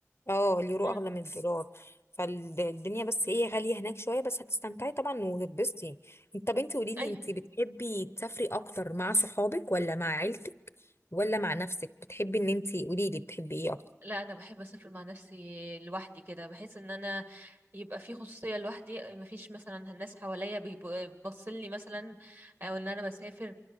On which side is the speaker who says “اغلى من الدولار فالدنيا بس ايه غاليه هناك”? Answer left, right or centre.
Left